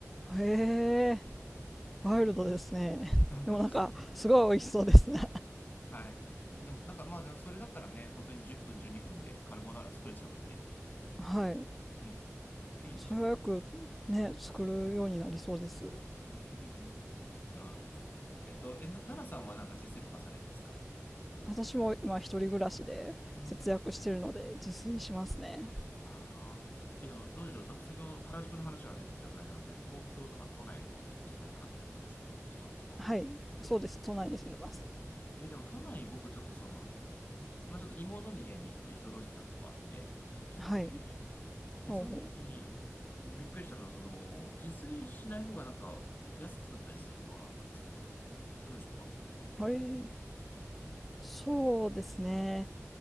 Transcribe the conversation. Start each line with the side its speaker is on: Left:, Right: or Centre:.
Centre: へえ、ワイルドですね。
Left: <laughs>
Centre: でもなんか、すごい美味しそうですね
Left: はい。でも、なんかまあ、でもそれだったらね、本当に10分、12分でカルボナーラ作れちゃうので、
Centre: はい
Left: うん、いいですよ。
Centre: それはよくね作るようになりそうです
Left: <laughs> そうなんです。えっと、え、な、奈良さんはなんか自炊とかされるんですか
Centre: 私も今一人暮らしで節約してるので自炊しますね
Left: うん。ああ。え、でも、どうでしょう。なんか先ほど原宿の話が出てきたくらいなので、東京とか都内の方にお住まいかなって思うんですけど、そうなんですか
Centre: はいそうです都内に住んでます
Left: え、でも都内僕ちょっとその、まあちょっと妹の家にちょっと居候してたことがあって、帰国時期に。
Centre: はい
Left: で、
Centre: ほうほ
Left: その時に、びっくりしたのは、その、自炊しない方がなんか、安く食ったりしたことがあったんですけど、どうでしょうか
Centre: うえーそうですね